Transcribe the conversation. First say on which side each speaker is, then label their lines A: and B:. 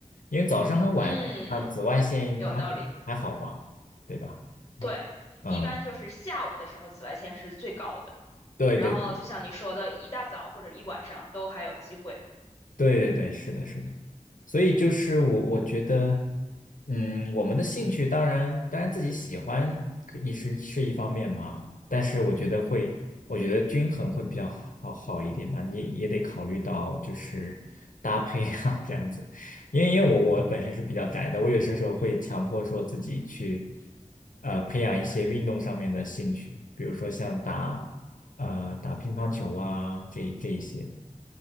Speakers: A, on the left (about 80°); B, on the left (about 25°).
A: 因为早上和晚啊紫外线还还好嘛，
B: 嗯，有道理。
A: 对吧？
B: 对，
A: 嗯，
B: 一般就是下午的时候紫外线是最高的。
A: 对对
B: 然后就像你说的，一大早或者一晚上都还有机会。
A: 对对对，是的，是的。所以就是我我觉得，嗯，我们的兴趣当然当然自己喜欢可也是是一方面嘛，但是我觉得会，我觉得均衡会比较好好一点嘛，你也得考虑到就是搭配啊 <laughs> 这样子，因为因为我我本身是比较宅的，我有些时候会强迫说自己去呃培养一些运动上面的兴趣，比如说像打呃打乒乓球啊这这一些的。